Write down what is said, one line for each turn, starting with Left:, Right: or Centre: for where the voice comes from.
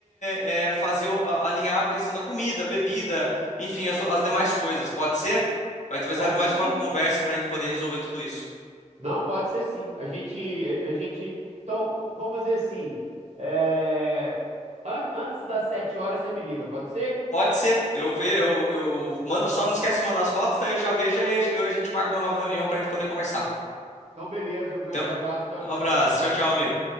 Left: é, fazer o- a- alinhar a questão da comida, bebida, enfim, as, o- as demais coisas. Pode ser? Vai precisar
Right: Pode
Left: de mais
Right: ser sim.
Left: uma conversa para a gente poder resolver tudo isso.
Right: Não, pode ser sim. A gente, a, a gente. Então, vamos fazer assim. é, an- antes das sete horas, você me liga, pode ser?
Left: Pode ser. Eu ver, eu, eu manda, só não esquece de mandar as fotos, daí eu já vejo e a gente marca uma nova reunião para a gente poder conversar.
Right: Então, beleza. Um grande
Left: Então,
Right: abraço. Tchau,
Left: um
Right: tchau.
Left: abraço. Tchau, tchau, amigo.